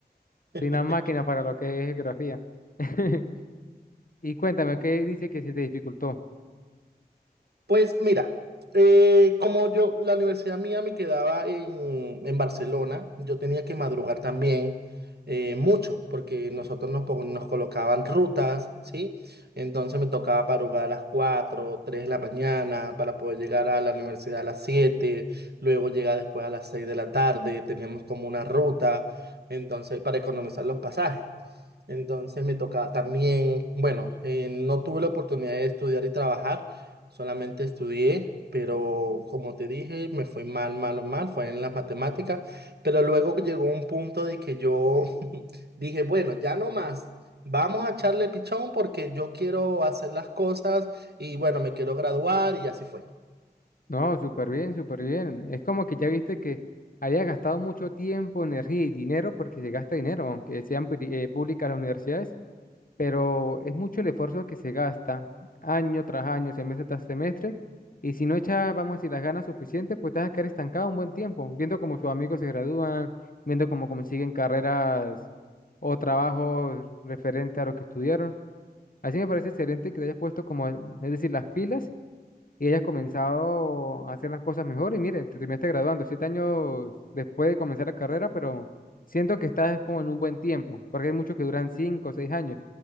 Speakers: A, on the right; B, on the left.
A: <laughs>
B: Soy una máquina para lo que es geografía. <laughs> Y cuéntame, ¿qué dice que se te dificultó?
A: Pues mira, eh, como yo, la universidad mía me quedaba en, en Barcelona, yo tenía que madrugar también eh, mucho, porque nosotros nos, pon- nos colocaban rutas, ¿sí? Entonces me tocaba madrugar a las 4, 3 de la mañana para poder llegar a la universidad a las 7. luego llegar después a las 6 de la tarde, teníamos como una ruta, entonces para economizar los pasajes. Entonces me tocaba también, bueno, eh, no tuve la oportunidad de estudiar y trabajar Solamente estudié, pero como te dije, me fue mal, mal, mal, fue en las matemáticas, pero luego llegó un punto de que yo <laughs> dije, bueno, ya no más, vamos a echarle pichón porque yo quiero hacer las cosas y bueno, me quiero graduar y así fue.
B: No, súper bien, súper bien. Es como que ya viste que había gastado mucho tiempo, energía y dinero, porque se gasta dinero, aunque sean pri- eh, públicas las universidades, pero es mucho el esfuerzo que se gasta año tras año, semestre tras semestre, y si no echas, vamos a decir, las ganas suficientes, pues te vas a quedar estancado un buen tiempo, viendo cómo sus amigos se gradúan, viendo cómo consiguen carreras o trabajos referente a lo que estudiaron. Así me parece excelente que te hayas puesto como, es decir, las pilas y hayas comenzado a hacer las cosas mejor. Y mire, te terminaste graduando siete años después de comenzar la carrera, pero siento que estás como en un buen tiempo, porque hay muchos que duran cinco o seis años.